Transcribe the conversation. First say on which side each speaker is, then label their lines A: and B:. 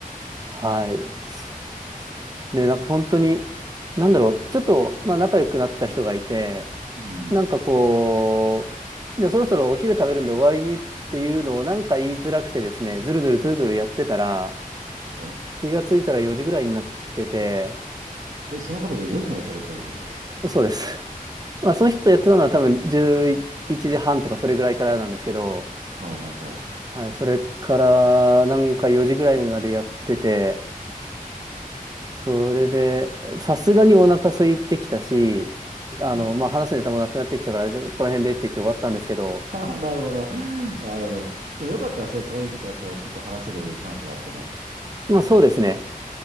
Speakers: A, on the right; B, on the right.
A: はい。すすで、なんか本当に、なんだろう、ちょっと、まあ仲良くなった人がいて、
B: うん。
A: なんかこう、じゃあそろそろお昼食べるんで終わりにっていうのをなんか言いづらくてですね、ずるずるずるずるやってたら、
B: は
A: 気がついたら4時ぐらいになってて、
B: い。え、その方と4時まで喋ってたってことですか
A: そうです。まあ、その人とやってたのは多分11時半とかそれぐらいからなんですけど、
B: はいはいはい。
A: はい、それからなんか4時ぐらいまでやってて、それで、さすがにお腹空いてきたし、あの、
B: はい。
A: まあ、話すネタもなくなってきたから、でもここら辺でって言って終わったんですけど、
B: <laughs> なるほど。なるほど。でもよかったですね。そういう人とはこうずっと話せるチャンスがあってね。
A: まあ、そうですね。